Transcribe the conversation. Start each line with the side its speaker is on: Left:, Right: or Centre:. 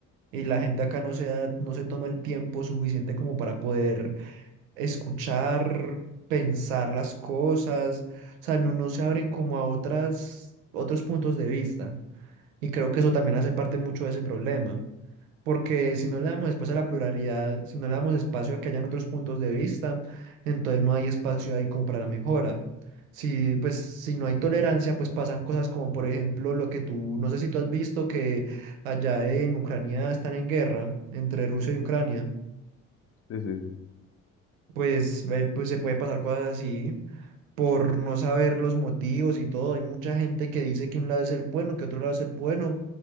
Right: Y la gente acá no se da- no se toma el tiempo suficiente como para poder escuchar, pensar las cosas. O sea, no, no se abren como a otras, otros puntos de vista. Y creo que eso también hace parte mucho de ese problema, porque si no le damos espacio a la pluralidad, si no le damos espacio a que hayan otros puntos de vista, entonces no hay espacio ahí como para la mejora. Si, pues, si no hay tolerancia, pues pasan cosas como, por ejemplo, lo que tú, no sé si tú has visto que allá en Ucrania están en guerra entre Rusia y Ucrania
Left: Sí, sí, sí.
Right: pues, eh, pues se puede pasar cosas así por no saber los motivos y todo. Hay mucha gente que dice que un lado es el bueno, que otro lado es el bueno,